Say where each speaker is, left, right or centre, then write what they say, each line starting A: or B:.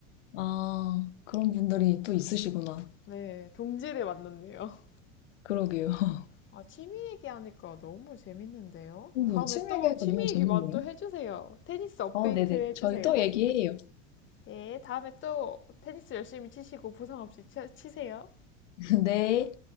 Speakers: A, on the left; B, on the left.
A: 아 그런 분들이 또 있으시구나
B: 네, 동지를 만났네요.
A: 그러게요 <laughs>
B: 아, 취미 얘기하니까 너무 재밌는데요?
A: 음,
B: 다음에
A: 취미
B: 또
A: 얘기하니까
B: 취미
A: 너무 재밌네요.
B: 얘기만 또 해주세요. 테니스 업데이트
A: 어 네네
B: 해주세요.
A: 저희 또 얘기해요
B: 네, 다음에 또 테니스 열심히 치시고 부상 없이 치, 치세요.
A: <laughs> 네